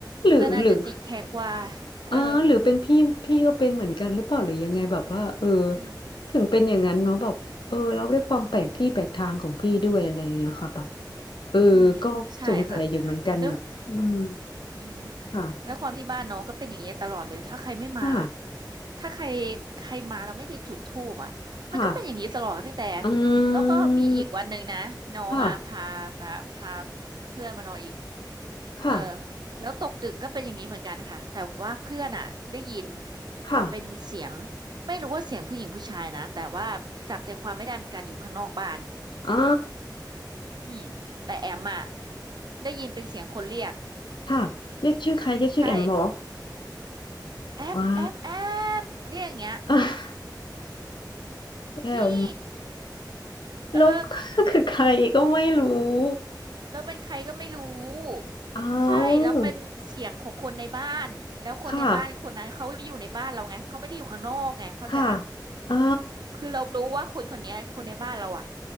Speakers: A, on the left; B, on the right.
A: หรือหรือ
B: เพื่อนอาจจะจิตแข็งกว่า
A: เออหรือเป็นพี่พี่ก็เป็นเหมือนกันหรือเปล่าหรือยังไงแบบว่าเออ
B: เอออืม
A: ถึงเป็นอย่างนั้นเนาะแบบเออเราด้วยความแปลกที่แปลกทางของพี่ด้วยอะไรอย่างเงี้ยค่ะแบบเออก็สงสัยอยู่เหมือนกันแบบอืม
B: อืมใช่ค่ะด้วยอืม
A: ค่ะ
B: แล้วความที่บ้านน้องก็เป็นอย่างเงี้ยตลอดเลยถ้าใครไม่มา
A: ค่ะ
B: ถ้าใครใครมาเราไม่ได้จุดธูปอ่ะมันก็เป็นอย่างนี้ตลอดค่ะพี่แต่
A: ค่ะอื
B: แล้วก็มีอีกวันหนึ่งนะน้องอ่ะพาพาพา
A: มค่ะ
B: เพื่อนมานอนอีก
A: ค่ะ
B: เออแล้วตกดึกก็เป็นอย่างนี้เหมือนกันค่ะแต่ว่าเพื่อนอ่ะได้ยิน
A: ค่ะ
B: เป็นเสียงไม่รู้ว่าเสียงผู้หญิงผู้ชายนะแต่ว่าจับใจความไม่ได้เหมือนกันอยู่ข้างนอกบ้าน
A: อ่า
B: อืมแต่แอมอ่ะได้ยินเป็นเสียงคนเรียก
A: <laughs> ค่ะเรียกชื่อใครเรียกชื่อแอมเหรอ
B: ใช่แอมแอมแอ
A: ว้า
B: มเรียกอย่างเงี้ย
A: <laughs> แอมแล้ว
B: พี่
A: <laughs>
B: เออ
A: คือใครก็ไม่รู้
B: แราเป็นใครก็ไม่รู้
A: เอา
B: ใช่แล้วเป็นเสียงของคนในบ้านแล้วคนในบ้านคนนั้นเขาอยู่ในบ้านเราไงเขาไม่ได้อยู่ข้างนอกไงเข้าใจปะ
A: ค่ะค่ะอ่า
B: คือเรารู้ว่าคนคนเนี้ยคนในบ้านเราอ่ะ